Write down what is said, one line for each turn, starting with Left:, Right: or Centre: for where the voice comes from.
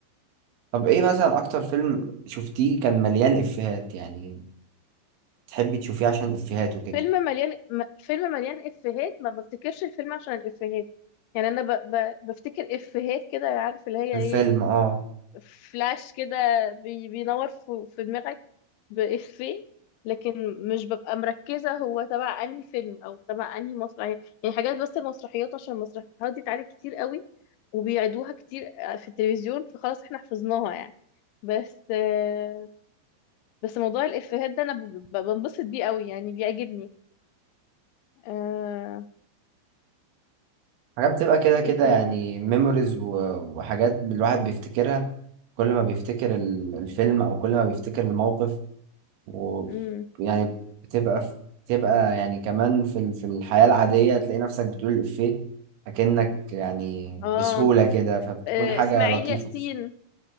Right: طب ايه مثلا اكتر فيلم شفتيه كان مليان افيهات يعني تحبي تشوفيه عشان افيهات وكده
Left: فيلم مليان م- فيلم مليان افيهات ما بفتكرش الفيلم عشان الافيهات يعني انا ب... ب... بفتكر افيهات كده عارف اللي هي
Right: الفيلم
Left: ايه
Right: اه
Left: فلاش كده بي... بينور في... في دماغك بافيه لكن مش ببقى مركزة هو تبع انهي فيلم او تبع انهي مسرحية يعني حاجات بس المسرحيات عشان المسرحيات دي اتعرضت كتير قوي وبيعيدوها كتير في التلفزيون فخلاص احنا حفظناها يعني بس آه، بس موضوع الافيهات ده انا ب- ب- بنبسط بيه قوي يعني بيعجبني آه،
Right: حاجات بتبقى كده كده
Left: ايه تاني
Right: يعني ميموريز وحاجات الواحد بيفتكرها كل ما بيفتكر ال- الفيلم او كل ما بيفتكر الموقف ويعني
Left: امم
Right: بتبقى في- بتبقى يعني كمان في ال- في الحياة العادية تلاقي نفسك بتقول الإفيه أكنك يعني
Left: اه
Right: بسهولة كده فبتكون
Left: آه،
Right: حاجة
Left: اسماعيل
Right: لطيفة
Left: ياسين
Right: بس